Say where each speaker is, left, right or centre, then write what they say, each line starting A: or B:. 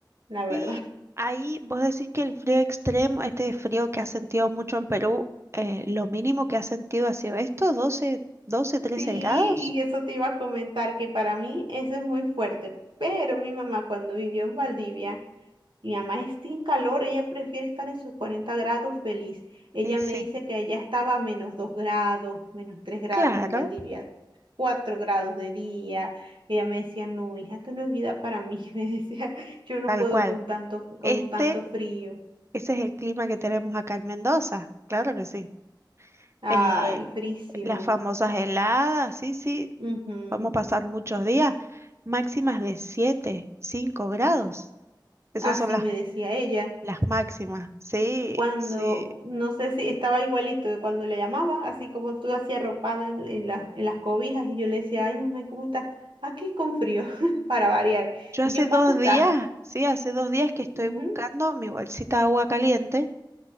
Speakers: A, on the right; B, on the right.
A: la verdad.
B: Y
A: <laughs>
B: ahí vos decís que el frío extremo, este frío que has sentido mucho en Perú, eh, lo mínimo que has sentido ha sido esto, doce doce 13
A: Sí,
B: grados.
A: y eso te iba a comentar, que para mí eso es muy fuerte, pero mi mamá cuando vivió en Valdivia, Mi mamá está en calor, ella prefiere estar en sus 40 grados feliz. Ella
B: Y sí,
A: me dice que allá estaba a menos 2 grados, menos tres grados
B: claro,
A: en Valdivia, 4 grados de día. Ella me decía, no, hija, esto no es vida para mí. <laughs> Me decía, yo no
B: tal
A: puedo
B: cual.
A: con tanto, con
B: Este
A: tanto frío.
B: Ese es el clima que tenemos acá en Mendoza, claro que sí.
A: Ay,
B: Eh,
A: frísimo.
B: las famosas heladas, sí, sí,
A: Ujú,
B: vamos a pasar muchos días, máximas de 7, 5 grados. Esas
A: Así
B: son las,
A: me decía ella.
B: las máximas, sí,
A: cuando,
B: sí.
A: no sé si estaba igualito de cuando le llamaba, así como tú hacías arropada en, en la- en las cobijas y yo le decía, ay, mamá, ¿y ¿cómo estás? Aquí con frío, <laughs> para variar.
B: Yo
A: Y
B: hace
A: yo, ¿en
B: dos
A: cuánto estás?
B: días, sí, hace dos días que estoy
A: "Ujú,
B: buscando mi bolsita de agua caliente,